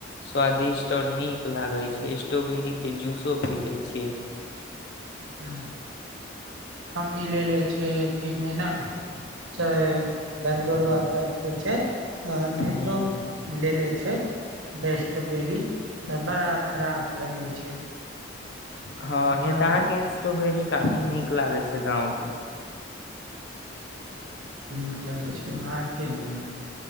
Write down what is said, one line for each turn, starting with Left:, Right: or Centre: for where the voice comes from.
Left: स्वादिष्ट और नीक लागे छै, स्ट्रोबेरी के जूसो पीले छिये।
Right: ह हम मिलेेले छै। की मेना से बंगलोरुआके <unintelligible> छै। शहरमे
Left: ह
Right: तो लेले छै बेस्टबेरी तऽ बड़ा खराब लगै छै
Left: हँ
Right: उतना
Left: य तऽ अहाँके स्ट्रोबेरी काफी नीक लागे छै गाँव के
Right: अप नहि होइ छै अहाँके
Left: ह